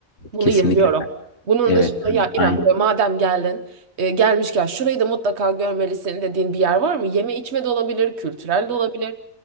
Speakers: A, on the right; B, on the left.
A: Bunu
B: kesinlikle.
A: yazıyorum. Bunun
B: Evet,
A: dışında ya İrem
B: aynen.
A: buraya madem geldin e, gelmişken şurayı da mutlaka görmelisin dediğin bir yer var mı? Yeme içme de olabilir, kültürel de olabilir.